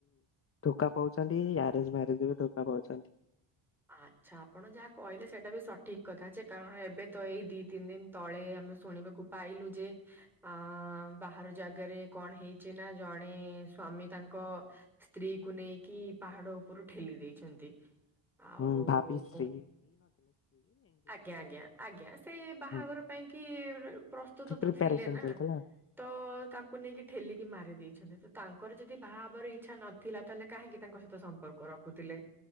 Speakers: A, on the left; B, in the centre.
A: ଧୋକା ପାଉଛନ୍ତି ଆରେଞ୍ଜ ମ୍ୟାରେଜରେ ବି ଧୋକା ପାଉଛନ୍ତି।
B: ଆଚ୍ଛା ଆପଣ ଯାହା କହିଲେ ସେଇଟା ବି ସଠିକ୍ କଥା ଯେ କାରଣ ଏବେ ତ ଏଇ ଦି ତିନି ଦିନ ତଳେ ଆମେ ଶୁଣିବାକୁ ପାଇଲୁ ଯେ ଅ ବାହାର ଜାଗାରେ କଣ ହେଇଛି ନା ଜଣେ ସ୍ଵାମୀ ତାଙ୍କ ସ୍ତ୍ରୀକୁ ନେଇକି ପାହାଡ ଉପରୁ ଠେଲି ଦେଇଛନ୍ତି। ଆଉ
A: ହୁଁ ଭାବି ଶ୍ରୀ।
B: ଆଜ୍ଞା ଆଜ୍ଞା ଆଜ୍ଞା ସେ ବାହାଘର
A: ହୁଁ
B: ପାଇଁ କି ପ୍ରସ୍ତୁତ
A: ପ୍ରିପାରେସନ
B: ତ ଥିଲେ ନା।
A: ଚାଲିଥିଲା
B: ତ ତାଙ୍କୁ ନେଇକି ଠେଲିକି ମାରି ଦେଇେଇଛନ୍ତି ତ ତାଙ୍କର ଯଦି ବାହା ହେବର ଇଚ୍ଛା ନ ଥିଲା ତାହେଲେ କାହିଁକି ତାଙ୍କ ସହିତ ସମ୍ପର୍କ ରଖୁଥିଲେ।